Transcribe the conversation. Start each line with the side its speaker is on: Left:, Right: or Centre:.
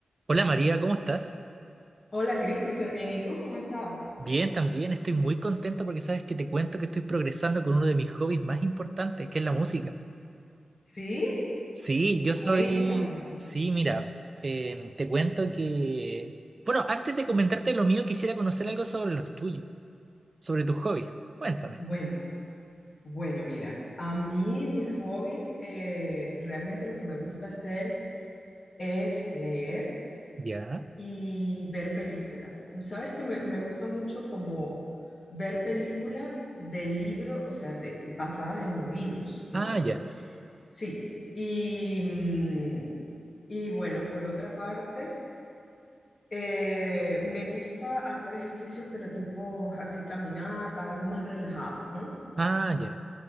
Right: Hola María, ¿cómo estás?
Left: Hola Christopher, bien, ¿y tú cómo estás?
Right: Bien, también estoy muy contento porque sabes que te cuento que estoy progresando con uno de mis hobbies más importantes, que es la música.
Left: ¿Sí?
Right: Sí, yo soy...
Left: Cuéntame.
Right: Sí, mira, em, te cuento que... Bueno, antes de comentarte lo mío, quisiera conocer algo sobre los tuyos, sobre tus hobbies. Cuéntame.
Left: Bueno, bueno, mira, a mí mis hobbies, eh, realmente lo que me gusta hacer es leer
Right: ¿Ya?
Left: y ver películas. Sabes que me, me gusta mucho como ver películas de libros, o sea, de, basadas en libros, ¿no?
Right: Ah, ya.
Left: Sí. Y, mm, y bueno, por otra parte... Eh, me gusta hacer ejercicios, pero tipo así caminata, algo más relajado, ¿no?
Right: Ah, ya.